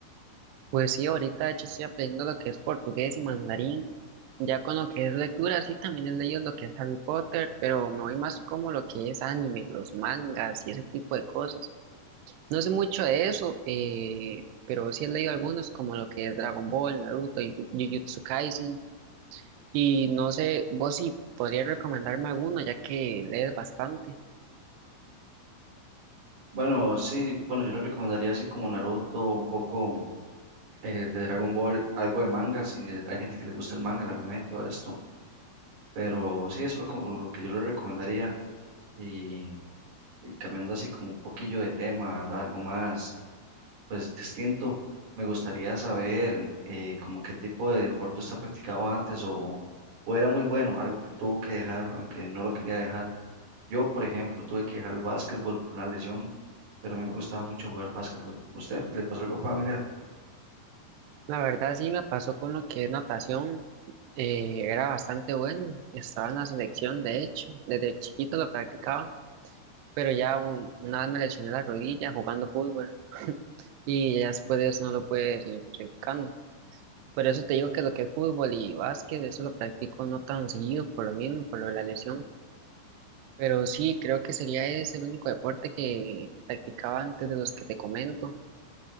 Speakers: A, on the right; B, on the right.
A: Pues sí, ahorita de hecho estoy aprendiendo lo que es portugués y mandarín. Ya con lo que es lectura, sí, también he leído lo que es Harry Potter, pero me voy más como lo que es anime, los mangas y ese tipo de cosas. No sé mucho de eso, eh, pero sí he leído algunos como lo que es Dragon Ball, Naruto y Jujutsu Kaisen. Y no sé, vos si podrías recomendarme alguno, ya que lees bastante.
B: Bueno, sí, bueno, yo le recomendaría así como Naruto, un poco eh, de Dragon Ball, algo de manga, si hay gente que le gusta el manga, el anime, todo esto. Pero sí, eso es lo, como lo que yo le recomendaría. Y, y cambiando así como un poquillo de tema, ¿verdad? Algo más pues distinto. Me gustaría saber eh, como qué tipo de deporte usted ha practicado antes o, o era muy bueno, algo que tuvo que dejar, aunque no lo quería dejar. Yo, por ejemplo, tuve que dejar el básquetbol por una lesión, pero a mí me gustaba mucho jugar básquetbol. ¿Usted le pasó algo familiar?
A: La verdad sí me pasó con lo que es natación. eh, era bastante bueno. Estaba en la selección, de hecho. Desde chiquito lo practicaba, pero ya un- una vez me lesioné la rodilla jugando fútbol. <laughs> Y ya después de eso no lo pude seguir practicando. Por eso te digo que lo que es fútbol y básquet, eso lo practico no tan seguido, por lo mismo, por lo de la lesión. Pero sí, creo que sería ese el único deporte que practicaba antes de los que te comento.